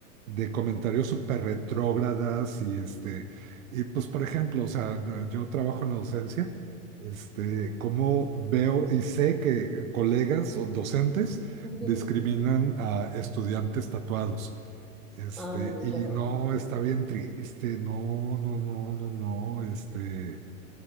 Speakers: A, on the right (about 75°); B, in the centre.
A: de comentarios súper retrógradas y este, y pues por ejemplo, o sea, yo yo trabajo en la docencia, este, cómo veo y sé que colegas o docentes
B: Ujú.
A: discriminan a estudiantes tatuados. Este,
B: Ay, no,
A: y
B: qué horror.
A: no, está bien triste, no, no, no, no, no, este